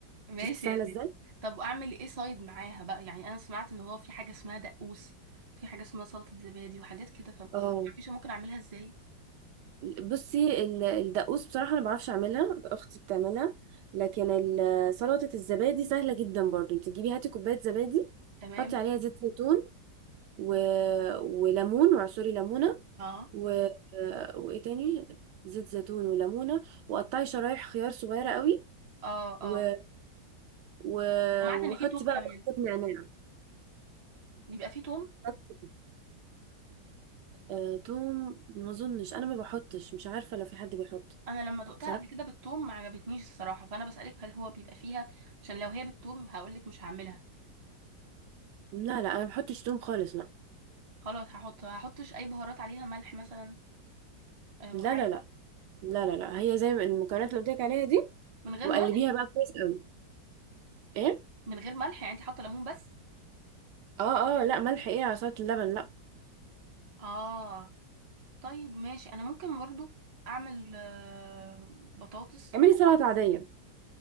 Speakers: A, on the right; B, on the right.
A: ماشي
B: شفتي سهلة
A: يا
B: ازاي؟
A: سيدي طب اعمل ايه سايد معاها بقى يعني انا سمعت ان هو في حاجه اسمها دقوس في حاجه اسمها سلطه زبادي وحاجات كده ف
B: اه
A: مفيش ممكن اعملها ازاي
B: بصي ال- الدقوس بصراحة أنا معرفش أعملها أختي بتعملها لكن ال- سلطة الزبادي سهلة جدا برضه انت تجيبي هاتي كوباية زبادي
A: تمام
B: حطي عليها زيت زيتون و... وليمون وعصري ليمونة
A: اه
B: و... وإيه تاني زيت زيتون وليمونة وقطعي شرايح خيار صغيرة قوي
A: اه
B: و...
A: اه
B: و...
A: سمعت
B: وحطي
A: ان في توم
B: بقى
A: كمان
B: بحط نعناع
A: بيبقى فيه توم
B: بس كده. آه، توم ما اظنش انا ما بحطش مش عارفه لو في حد بيحط
A: انا لما دقتها
B: صراحه
A: قبل كده بالتوم ما عجبتنيش الصراحه فانا بسالك هل هو بيبقى فيها عشان لو هي بالتوم هقولك مش هعملها
B: لا لا انا ما بحطش توم خالص لا
A: خلاص هحط هحطش اي بهارات عليها ملح مثلا آه،
B: لا
A: وحاجه
B: لا لا لا لا لا هي زي ما المكونات اللي قلت لك عليها دي
A: من غير
B: وقلبيها
A: ملح
B: بقى كويس قوي ايه
A: من غير ملح يعني انت حاطه ليمون بس
B: اه اه لا ملح ايه على سلطه اللبن لا
A: اه طيب ماشي انا ممكن برضو اعمل آه، بطاطس
B: اعملي
A: بت...
B: سلطه عاديه